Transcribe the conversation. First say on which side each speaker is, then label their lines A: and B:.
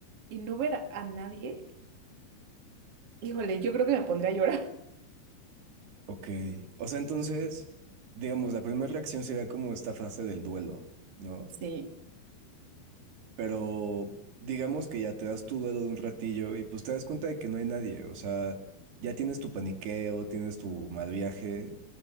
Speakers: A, on the right; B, on the right.
A: y no ver a a nadie. Híjole, yo creo que me pondría a llorar.
B: Ok. O sea, entonces, digamos, la primera reacción sería como esta fase del duelo, ¿no?
A: Sí,
B: Pero digamos que ya te das tu duelo de un ratillo y pues te das cuenta de que no hay nadie. O sea, ya tienes tu paniqueo, tienes tu mal viaje.